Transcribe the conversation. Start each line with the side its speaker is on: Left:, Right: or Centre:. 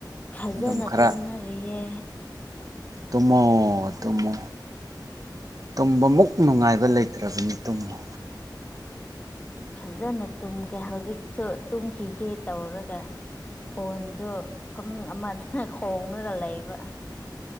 Left: ꯐꯖꯅ
Right: ꯑꯗꯨꯝ ꯈꯔ
Left: ꯇꯨꯝꯅꯔꯤꯌꯦ
Right: ꯇꯃꯣ ꯇꯃꯣ ꯇꯨꯝꯕꯃꯨꯛ ꯅꯨꯡꯉꯥꯏꯕ ꯂꯩꯇ꯭ꯔꯕꯅꯤ ꯇꯨꯝꯃꯨ
Left: ꯐꯖꯅ ꯇꯨꯝꯒꯦ ꯍꯧꯖꯤꯛꯁꯨ ꯇꯨꯝꯈꯤꯒꯦ ꯇꯧꯔꯒ ꯐꯣꯟꯗ ꯐꯃꯨꯡ ꯑꯃꯗꯅ ꯈꯣꯡꯉꯒ ꯂꯩꯕ